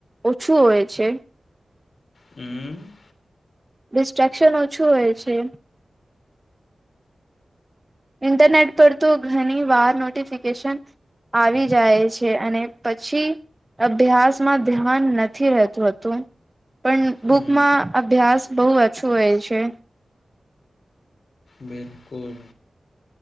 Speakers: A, on the right (about 20°); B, on the left (about 65°).
A: ઓછું હોય છે.
B: હમ્મ.
A: ડિસ્ટ્રેક્શન ઓછું હોય છે. ઇન્ટરનેટ પર તો ઘણી વાર નોટિફિકેશન આવી જાય છે અને પછી અભ્યાસમાં ધ્યાન નથી રહેતું હતું. પણ બુક
B: હમ
A: માં અભ્યાસ બહુ ઓછો હોય છે. છે.
B: બિલકુલ.